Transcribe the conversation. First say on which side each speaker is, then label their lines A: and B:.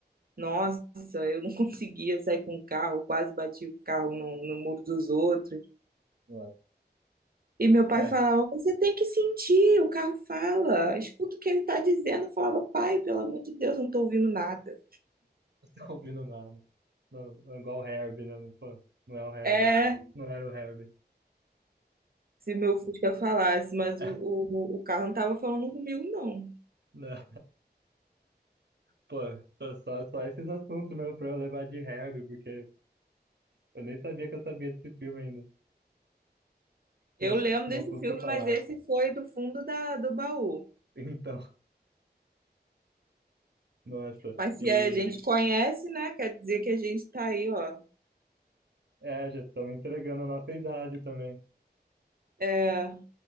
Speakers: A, on the right; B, on the right.
A: nossa, eu não <laughs> conseguia sair com o carro, quase bati o carro no, no muro dos outros.
B: Nossa.
A: E meu pai
B: É,
A: falava:
B: <laughs>
A: você tem que sentir, o carro fala, escuta o que ele tá dizendo. Eu falava: pai, pelo amor de Deus, eu não tô ouvindo nada.
B: não tô ouvindo nada. Não, é igual o Herbie, né? Pô, não é o Herbie.
A: É.
B: Não era o Herbie.
A: se meu Fusca falasse, mas
B: <laughs>
A: o, o, o carro não estava falando comigo, não.
B: Não, pô, só, só, só esses assuntos mesmo pra eu levar de Herbie, porque eu nem sabia que eu sabia desse filme ainda. mus-
A: Eu lembro
B: uma
A: desse
B: música
A: filme,
B: falasse.
A: mas esse foi do fundo da, do baú.
B: Então, <laughs> nossa.
A: Mas se
B: E
A: a gente conhece, né? Quer dizer que a gente tá aí, ó.
B: é, já estamos entregando a nossa idade também.
A: É,